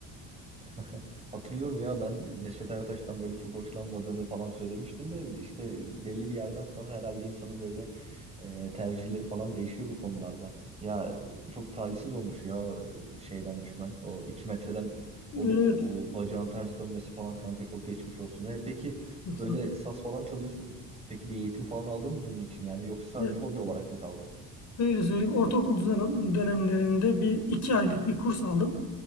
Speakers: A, on the right; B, on the left.
A: <laughs> Hatırlıyorum ya ben Neşet Ertaş'tan böyle çok hoşlanmadığını falan söylemiştin de işte belli bir yerden sonra herhalde insanın böyle e, tercihleri falan değişiyor bu konularda. Ya çok talihsiz olmuş ya e, şeyden düşmen. O iki metreden olup
B: Evet,
A: o bacağın ters dönmesi falan kanka çok geçmiş olsun. E, peki
B: çok
A: böyle
B: sağ ol.
A: saz falan çalıyorsun. Peki bir eğitim falan aldın mı bunun için? Yani yoksa
B: Yani
A: sadece hobi olarak mı kaldı?
B: Şöyle söyleyeyim, ortaokul düzen- dönemlerinde bir iki aylık bir kurs aldım.